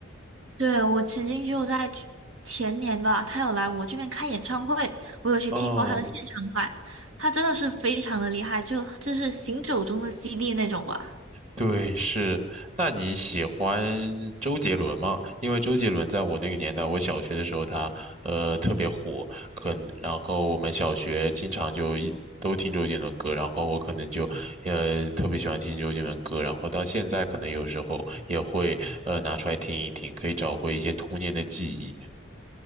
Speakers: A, on the right; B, on the right.
A: 对，我曾经就在去前年吧，他有来我这边开演唱会，我有去听过他的现场版，
B: 哦。
A: 他真的是非常的厉害，就就是行走中的 CD 那种吧。
B: 对，是。那你喜欢周杰伦吗？因为周杰伦在我那个年代，我小学的时候他呃特别火，可能然后我们小学经常就一都听周杰伦歌，然后我可能就呃特别喜欢听周杰伦歌，然后到现在可能有时候也会呃拿出来听一听，可以找回一些童年的记忆。